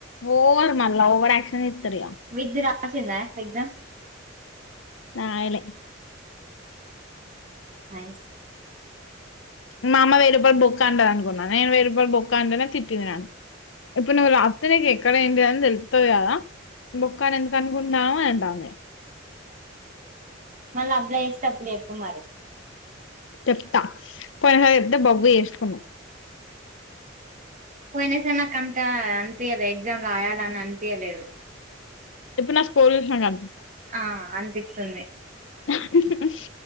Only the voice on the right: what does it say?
విద్య రాసిందా ఎగ్జామ్
నైస్
మళ్ళ అప్లయ్ చేసేటప్పుడు చెప్పు మరి
పోయినా సరే నాకు అంత అనిపిం చలే ఎగ్జామ్ రాయాల అని అనిపియలేరు
ఆ అనిపిస్తుంది